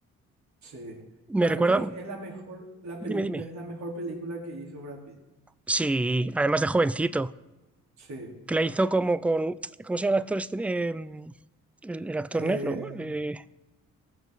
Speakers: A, on the right; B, in the centre.
A: Sí,
B: Me
A: para
B: recuerda.
A: mí es la mejor, la
B: Dime,
A: peli-
B: dime.
A: es la mejor película que hizo Brad Pitt.
B: Sí, además de jovencito,
A: Sí.
B: que la hizo como con. ¿Cómo se llama el actor este? Eh, el, el actor
A: Eh,
B: negro. Eh,